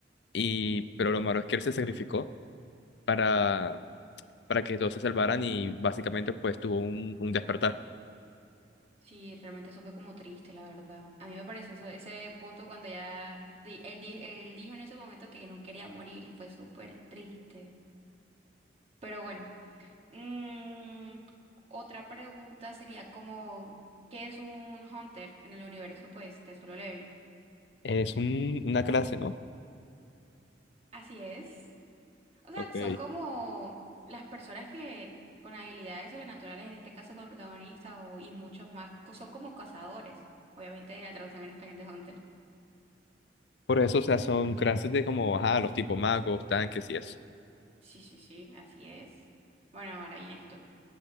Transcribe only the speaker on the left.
Y, pero lo malo es que él se sacrificó para, para que todos se salvaran y básicamente, pues, tuvo un, un despertar.
Es un- una clase, ¿no?
Ok.
Por eso, o sea, son clases de como, ajá, los tipos magos, tanques y eso.